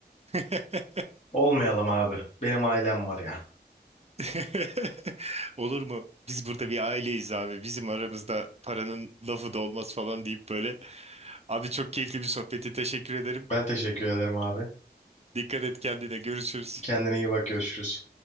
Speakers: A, on the right; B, on the left.
A: <laughs>
B: Olmayalım abi. Benim ailem var ya.
A: <laughs> Olur mu? Biz burada bir aileyiz abi. Bizim aramızda paranın lafı da olmaz falan deyip böyle. Abi çok keyifli bir sohbeti. Teşekkür ederim.
B: Ben teşekkür ederim abi.
A: Dikkat et kendine. Görüşürüz.
B: Kendine iyi bak görüşürüz.